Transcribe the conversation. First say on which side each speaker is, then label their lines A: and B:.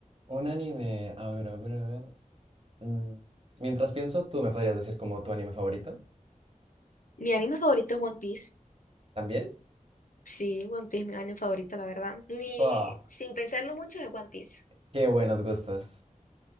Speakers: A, on the right; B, on the left.
A: un anime. A ver, a ver, a ver. Mm, Mientras pienso, tú me podrías decir como tu anime favorito.
B: Mi anime favorito es One Piece.
A: ¿También?
B: Sí, One Piece mi anime favorito, la verdad. Ni
A: Puff,
B: sin pensarlo mucho es One Piece.
A: qué buenos gustos.